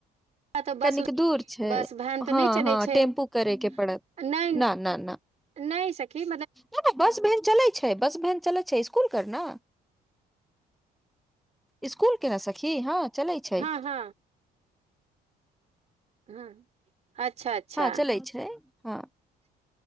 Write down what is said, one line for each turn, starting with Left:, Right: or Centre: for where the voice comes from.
Right: तऽ बस
Centre: कनिक दूर छै
Right: बस भहन तऽ
Centre: हँ
Right: नहि चलै
Centre: हँ
Right: छै
Centre: टेम्पू
Right: नहि
Centre: करे के पड़त
Right: नहि
Centre: न न न
Right: नहि सखी
Centre: नहि बस भेन चलैत छै बस भेन चलैत छै स्कूल कर ने स्कूल के ना सखी हँ चलैत छै
Right: हँ हँ हँ अच्छा अच्छा
Centre: हँ चलै छै हँ